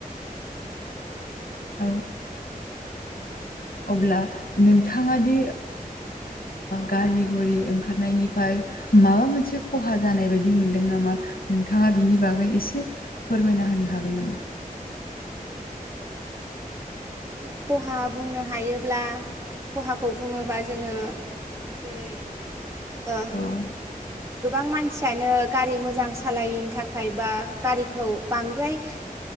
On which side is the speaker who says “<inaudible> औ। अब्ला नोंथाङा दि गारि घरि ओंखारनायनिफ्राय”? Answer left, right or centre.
Left